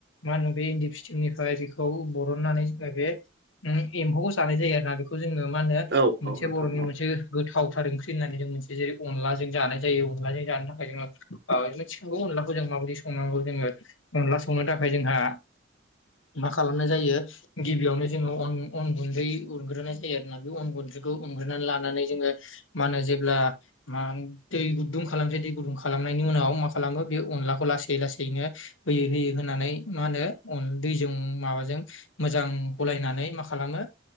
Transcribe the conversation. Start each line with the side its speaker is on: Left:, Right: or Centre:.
Left: मा होनो बे इन्दि फिटिमनिफ्राय बेखौ बरननानै जोङो बे एम्फौखौ जानाय जायो आरोोना बेखौ जोङो मा होनो
Right: औ औ
Left: मोनसे
Right: नोंथां
Left: बर'नि मोनसे गोथावथार ओंख्रि होननानै जों मोनसे जेरै अनलाजों जानाय जायो अनलाजों जानो थाखाय जों औथिखांगौ अनलाखौ जों माबायदि संनांगौ जोङो अनला संनो थाखाय जोंहा मा खालामनाय जायो गिबियावनो जोङोन अन गुन्दै उनग्रोनाय जायो आरोोना बे अन गुन्दैखौ खौ उग्रोननानै लानानै जोङो मा होनो जेब्ला मा दै गुदुं खालामसै दै गुदुं खालामनायनि उनाव मा खालामो बे अनलाखौ लासै लासैनो होयै होयै होनानै मा होनो दैजों माबाजों मोजां गलायनानै मा खालामो